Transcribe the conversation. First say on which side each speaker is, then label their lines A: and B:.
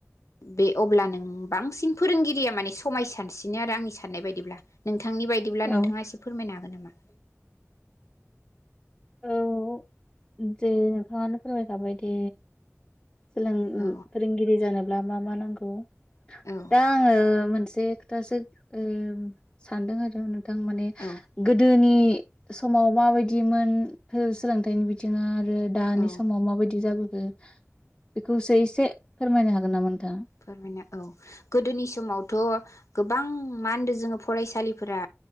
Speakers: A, on the left; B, on the left.
A: बे अब्ला नों बांसिन फोरोंगिरिया माने समाय सानसिनो आरो आंनि साननाय बायदिब्ला नोंथां नोंथांनि बायदिब्ला
B: औ
A: नोंथाङा एसे फोरमायनो हागोन नामा
B: औ दे नोंथाङानो फोरमायखाबाय दे सोलों ओ
A: औ
B: फोरोंगिरि जानोब्ला मा- मा नांगौ नंगौ
A: औ
B: दा आंङो मोनसे से खोथासो ओ सानदों आरो दों माने
A: औ
B: गोदोनि समाव मा बायदिमोन सोलोंथाइनि बि थिंआ आरो दानि
A: औ
B: समाव माबायदि जाबो बेखौसो एसे फोरमायनो हागोन नामा नोंथाङा?
A: फोरमायनो औ गोदोनि समावथ' गोबां मा होनदों जोंङो फरायसालिफोरा